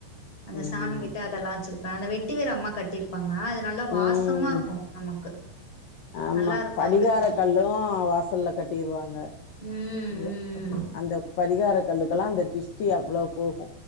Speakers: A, on the left (about 25°); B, on the left (about 75°).
A: அந்த சாமி
B: ஆமா
A: கிட்ட அதெல்லா வச்சிருப்ப அந்த வெட்டி வேர் அம்மா கட்டிருப்பாங்க அது நல்லா வாசமா
B: ம்
A: இருக்கு நமக்கு
B: ஆமா
A: நல்லா இருக்கு
B: படிகார
A: அது ஆமா
B: கல்லு வாசல்ல கட்டிருவாங்க
A: ம்
B: <unintelligible>
A: ம்
B: அந்த பரிகார கல்லுக்கெலா அந்த டிஸ்டி அவ்ளோ போகு